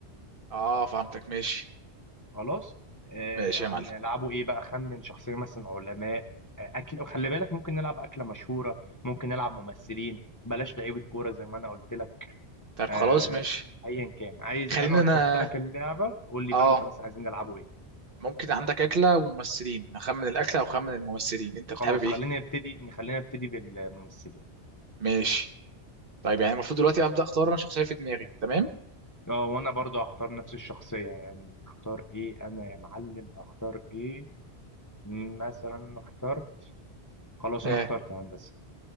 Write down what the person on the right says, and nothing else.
اه فهمتك ماشي
ماشي يا معلم
طيب
خلاص ماشي
خلينا
انا
اه
ممكن عندك اكله وممثلين اخمن الاكله او اخمن الممثلين انت بتحابب
ايه
ماشي طيب يعني المفروض دلوقتي ابدا اختار انا شخصيه في دماغي تمام
اه